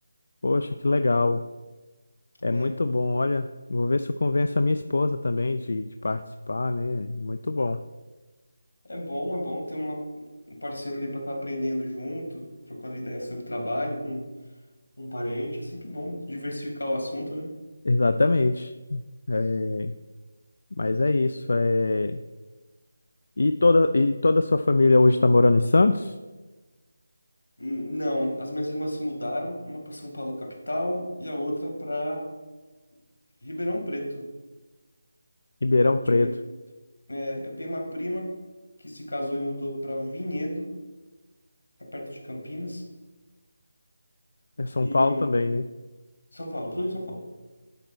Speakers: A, on the left; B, on the left.
A: Poxa, que legal. É
B: É,
A: muito bom. Olha, vou ver se eu convenço a minha esposa também de, de participar, né? Muito bom.
B: é bom, é bom ter uma, um parceiro ali para estar aprendendo junto, trocando ideias sobre trabalho com um parente. É sempre bom diversificar o assunto, né?
A: Exatamente. É, mas é isso. É... E toda, e toda a sua família hoje está morando em Santos?
B: Hum, Não, as minhas irmãs se mudaram, uma para São Paulo capital e a outra para Ribeirão Preto.
A: Ribeirão Preto.
B: Deixa eu ver aqui. É, eu tenho uma prima que se casou e mudou para Vinhedo, tá perto de Campinas.
A: É São
B: E
A: Paulo também, né?
B: São Paulo, tudo em São Paulo.